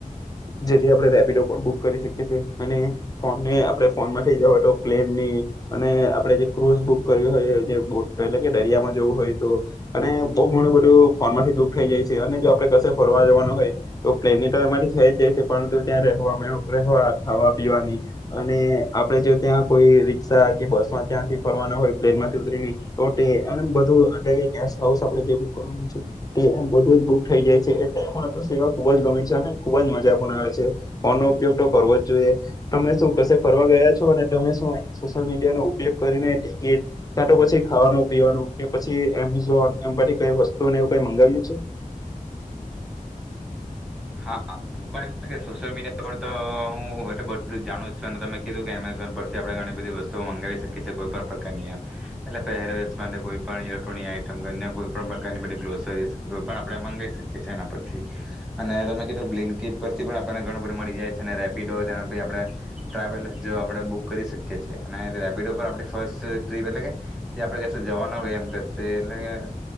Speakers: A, on the left; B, in the centre.
A: જેથી આપણે રેપિડો પણ બુક કરી શકીએ છી અને ફોનને આપણે ફોન માં થઇ જવા તો પ્લેનની અને આપે જે ક્રૂઝ બુક કરવી હોય જે બોટ એટલે કે દરિયામાં જવું હોય તો અને બહુ ઘણું બધું ફોન માંથી બુક થઈ જાય છે અને જો આપણે કશે ફરવા જવાનું હોય તો પ્લેનની ટાઈમમાંથી થઈ જ જાય છે પરંતુ ત્યાં રહેવા રહેવા ખાવા પીવાની અને આપણે જો ત્યાં કોઈ રિક્ષા કે બસમાં ત્યાંથી ફરવાનો હોય પ્લેનમાંથી ઉતરી તો બધું એટલે કે ગ હાઉસ આપણે જે બુક કરવાનું છે તે બધું જ બુક થઈ જાય છે એટલે પણ તો સેવા ખુબ જ ગમેી છે અને ખુબ જ મજા પણ આવે છે ફોનનોો ઉપયોગ તો કરવો જ જોઈએ તમે શું કશે ફરવા ગયા છો અને તમે શું અહી સોશિયલ મીડિયા નો ઉપયોગ કરીને ટિકિટ ક્યાં તો પછી ખાવાનું પીવાનું કે પછી એમેઝોન એમ પછી કઈ વસ્તુને એવું કઈ મંગાવ્યું છે.
B: હા હું પણ સોશિયલ મીડિયા પર તો હું એટલે બધ જાણું છું અને તમે કીધું કે એમેઝોન પરથી આપણે ઘણી બધી વસ્તુઓ મંગાવી શકીએીએ કોઈ પણ પ્રકારની એમ એટલે પહેરવેશ માટે કોઈ પણ ઇલેક્ટ્રોનિક આઈટમ કોઈ પણ પ્રકારની બધ ગસરીઝ કોઈ પણ આપણે મંગાવી શકીએ છએ એના પરથી અને તમે કીધ લિંકજ પરથી પણ આપણને ઘણું બધું મળી જાય છે અને રેપિડો તેના બી આપણે ટ્રાવેલ્સ જો આપણે બુક કરી શકીએ છીએ અને રેપિડો પર આપણે ફર્સ્ટ ટ્રીપ એટલે કે તે આપણે ક જવાના હોય એમ કરશે એટલે કે